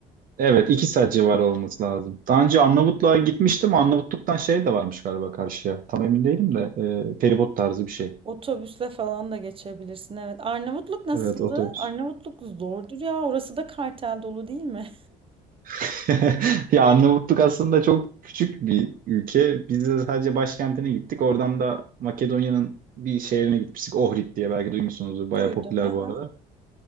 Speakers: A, on the right; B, on the right.
A: Evet iki saat civarı olması lazım. Daha önce Arnavutluğa gitmiştim. Arnavutluk'tan şey de varmış galiba karşıya. Tam emin değilim de e, feribot tarzı bir şey.
B: Otobüsle falan da geçebilirsin. Evet. Arnavutluk nasıldı?
A: Evet otobüs.
B: Arnavutluk zordur ya. Orası da kartel dolu değil mi?
A: <laughs> Ya Arnavutluk aslında çok küçük bir ülke. Biz de sadece başkentine gittik. Oradan da Makedonya'nın bir şehrine gitmiştik. Ohrid diye belki duymuşsunuzdur. Bayağı
B: <laughs> Duydum.
A: popüler
B: Aha.
A: bu arada.